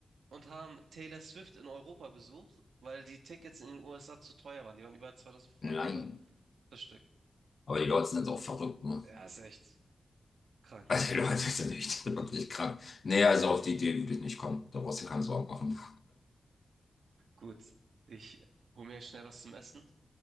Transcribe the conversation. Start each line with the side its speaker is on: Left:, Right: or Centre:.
Right: und haben Taylor Swift in Europa besucht, weil die Tickets in den USA zu teuer waren. Die waren über zweitausendfünfhundert
Left: Nein.
Right: Dollar das Stück.
Left: Aber die Leute sind auch verrückt, ne?
Right: Ja, ist echt krank.
Left: Also die Leute sind echt <laughs> wirklich krank. Nee, also auf die Idee würde ich nicht kommen. Da brauchst du dir keine Sorgen machen.
Right: Gut, ich hole mir schnell was zum Essen